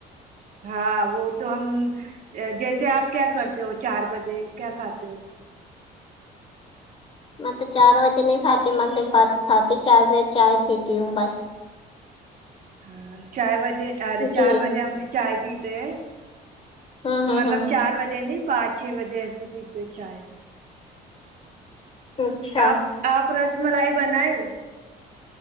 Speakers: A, on the right; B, on the left.
A: ہاں وہ تو ہم جیسے آپ کیا کرتے ہو چار بجے کیا کھاتے ہو
B: میں تو چار بجے نہیں کھاتی میںگنے بعد کات ہ چار ب چائے پیتی ہوں بس
A: ہاں چائے بجے ارے
B: جی
A: چار بجے ہم نے چائے پیتے
B: ہوں ہوں
A: مطلب
B: ہوں
A: چار بجے نہیں پانچ چھ بجے ایسے پیتے چائے
B: اچھا
A: آپ آپ رس ملائی بنایی ہو